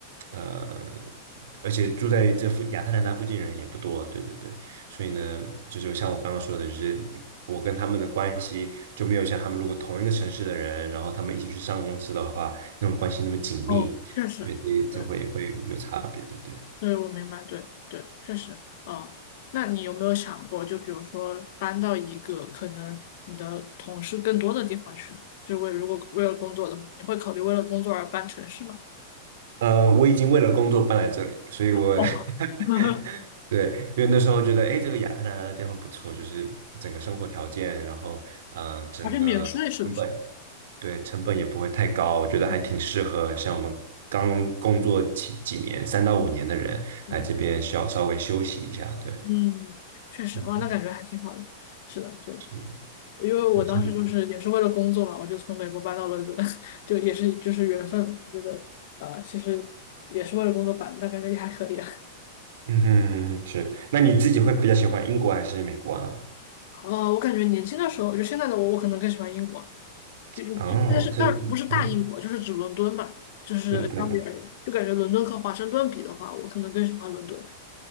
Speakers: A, on the right; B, on the left.
A: 呃，而且住在这附亚特兰大附近的人也不多，对对对，所以呢，就是像我刚刚说的，就是我跟他们的关系就没有像他们如果同一个城市的人，然后他们一起去上公司的话，那种关系那么紧密，
B: 哦，确实。
A: 对，这这会会有差别，
B: 对。
A: 对对。
B: 对，我明白，对对，确实，哦，那你有没有想过，就比如说搬到一个可能你的同事更多的地方去呢？就为如果为了工作的话，你会考虑为了工作而搬城市吗？
A: 呃，我已经为了工作搬来这里了，所以我
B: 哦，<laughs>
A: <laughs> 对，因为那时候觉得，哎，这个亚特兰大的地方不错，就是整个生活条件，然后，呃，整个成本。
B: 而且免税是不是？
A: 对，成本也不会太高，我觉得还挺适合像我们刚工作几几年，
B: 嗯
A: 三到五年的人来这边稍稍微休息一下。
B: 嗯，是的
A: 对，
B: 嗯，确实，
A: 嗯
B: 哇，那感觉还挺好的。是的，就
A: 是
B: 因为我当时就是也是为了工作嘛，
A: 是是的
B: 我就从美国搬到了伦敦，<laughs> 就也是就是缘分，就觉得呃，其实也是为了工作搬的但感觉也还可以啊。
A: 嗯嗯哼是。那你自己会比较喜欢英国还是美国啊？
B: 呃，我感觉年轻的时候，就现在的我，我可能更喜欢英国，就就就，
A: 哦，
B: 但是但不是大英国，
A: 是，嗯
B: 就是指伦敦吧，就是相比而言，
A: 嗯
B: 就感觉伦敦和华盛顿比的话，我可能更喜欢伦敦。